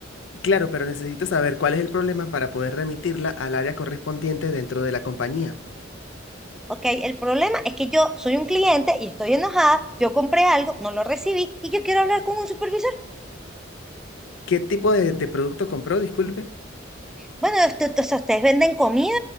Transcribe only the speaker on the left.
Claro, pero necesito saber cuál es el problema para poder remitirla al área correspondiente dentro de la compañía.
¿Qué tipo de, de producto compró? Disculpe.